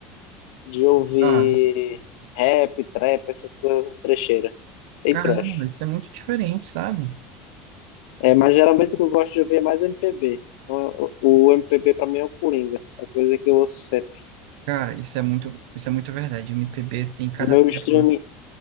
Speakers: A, on the left; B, on the right.
A: de ouvir
B: Ah,
A: rap, trap, essas coisas trecheira e
B: caramba,
A: trash.
B: isso é muito diferente, sabe?
A: É, mas geralmente o que eu gosto de ouvir é mais MPB. Então, O o MPB pra mim é o Coringa, é a coisa que eu ouço sempre.
B: Cara, isso é muito, isso é muito verdade. MPB tem cada
A: Meu
B: pérola.
A: streaming